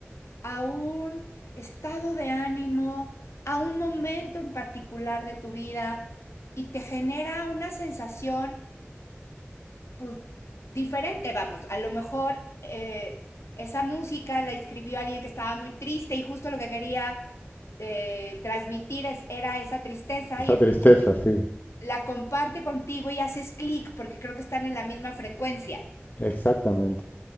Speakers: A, on the left; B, on the left.
A: a un estado de ánimo, a un momento en particular de tu vida y te genera una sensación pues, diferente, vamos, a lo mejor eh, esa música la escribió alguien que estaba muy triste y justo lo que quería eh, transmitir es, era esa tristeza
B: esa
A: y entonces
B: tristeza, sí,
A: la comparte contigo y haces clic porque creo que están en la misma frecuencia.
B: exactamente.